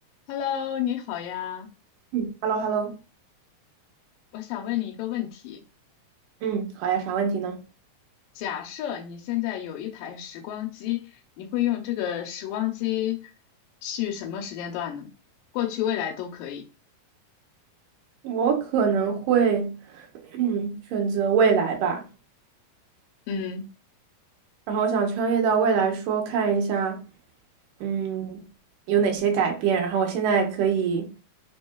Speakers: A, on the left (about 80°); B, on the right (about 75°).
A: Hello，你好呀，
B: 嗯，hello hello，
A: 我想问你一个问题：
B: 嗯，好呀，啥问题呢？
A: 假设你现在有一台时光机，你会用这个时光机去什么时间段呢？过去、未来都可以。
B: 我可能会，嗯，选择未来吧。
A: 嗯
B: 然后我想穿越到未来说，看一下，嗯，有哪些改变。然后我现在可以，